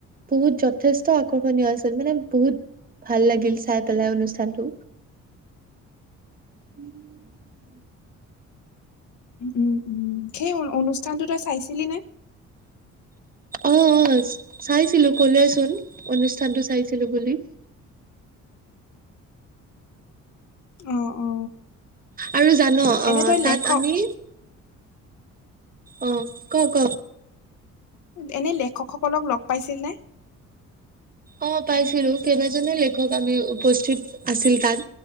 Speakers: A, on the right; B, on the left.
A: বহুত যথেষ্ট আকৰ্ষণীয় আছিল মানে বহুত ভাল লাগিল চাই পেলাই অনুষ্ঠানটো। <inaudible>
B: উম উম সেই অনুষ্ঠানটো তই চাইছিলি নে
A: অ অ চাইছিলো কলোৱেচোন অনুষ্ঠানতটো চাইছিলো বুলি।
B: অ অ
A: আৰু জান অ
B: এনে তই
A: তাত
B: লেখক
A: আমি অহ ক ক?
B: এনে লেখকসকলক লগ পাইছিল নে?
A: অ পাইছিলো কেইবাজনে লেখক আমি উপস্থিত আছিল তাত,